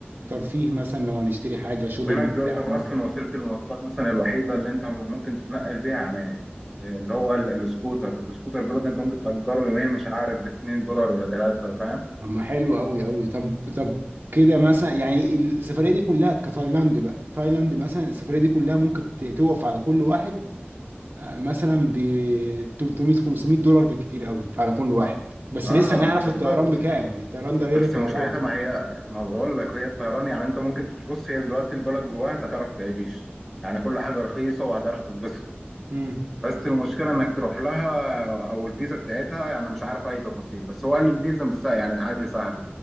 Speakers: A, on the right; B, in the centre.
A: ترفيه مثلا لو هنشتري حاجه شوبينج
B: وهناك بيقول
A: بتاع
B: لك
A: ملابس
B: اصلا وسيله المواصلات مثلا الوحيده اللي انت ممكن تتنقل بيها يعني اللي هو ال- السكوتر السكوتر بيقول لك انت ممكن تاجره يوميا مش عارف ب 2 دولار ولا 3 فاهم
A: طب ما حلو قوي قوي طب طب كده مثلا يعني السفريه دي كلها كتايلاند بقى تايلاند مثلا السفريه دي كلها ممكن ت- توقف على كل واحد آه، مثلا ب 300 500 دولار بالكتير قوي على كل واحد بس
B: اه
A: لسه هنعرف
B: بالظبط
A: الطيران بكام يعني الطيران ده غير
B: بس
A: الطيران
B: مشكلتها ما هي ما بقول لك هي الطيران يعني انت ممكن تش- بص هي دلوقتي البلد جواها انت هتعرف تعيش يعني كل حاجه رخيصه وهتعرف تتبسط
A: مم.
B: بس المشكله انك تروح لها او الفيزا بتاعتها يعني مش عارف اي تفاصيل بس هو قال الفيزا مش سهل يعني عادي سهل